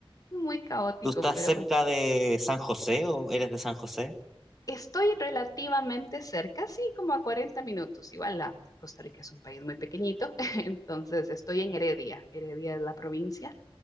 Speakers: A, on the left; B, in the centre.
A: muy caótico,
B: ¿Tú estás
A: pero
B: cerca
A: bueno.
B: de San José o eres de San José?
A: Estoy relativamente cerca, sí, como a 40 minutos. Igual la Costa Rica es un país muy pequeñito, <laughs> entonces estoy en Heredia. Heredia es la provincia.